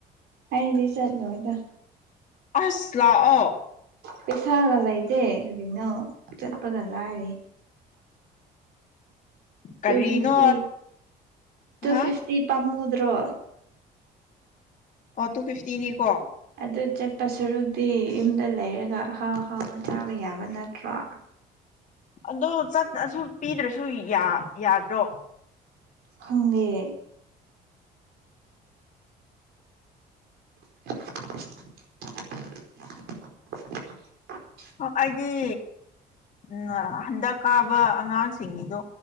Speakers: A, on the right; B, on the left.
A: ꯑꯥꯏꯗꯤ ꯆꯥꯠꯨ ꯍꯣꯏꯗ
B: ꯑꯁꯂꯑꯣ
A: ꯄꯩꯁꯥꯒ ꯂꯩꯇꯦ ꯀꯔꯤꯅꯣ ꯆꯠꯄꯒ ꯂꯥꯏꯔꯤ ꯇꯨ
B: ꯀꯔꯤꯅꯣ
A: ꯐꯤꯐꯇꯤ ꯇꯨ
B: ꯍꯥ
A: ꯐꯤꯐꯇꯤ ꯄꯥꯝꯃꯨꯗ꯭ꯔꯣ
B: ꯑꯣ ꯇꯨ ꯐꯤꯐꯇꯤꯅꯤꯀꯣ
A: ꯑꯗꯨ ꯆꯠꯄ ꯁꯔꯨꯛꯇꯤ ꯌꯨꯝꯗ ꯂꯩꯔꯒ ꯑꯍꯥꯎ ꯍꯥꯎꯕ ꯆꯥꯕ ꯌꯥꯕ ꯅꯠꯇ꯭ꯔꯣ
B: ꯑꯗꯣ ꯆꯠꯁꯨ ꯄꯤꯗ꯭ꯔꯁꯨ ꯌꯥꯗ꯭ꯔꯣ
A: ꯈꯪꯉꯦ <inaudible>
B: ꯑꯩꯒꯤ ꯎ ꯍꯟꯗꯛ ꯀꯥꯕ ꯑꯉꯥꯡꯁꯤꯡꯅꯤꯗꯣ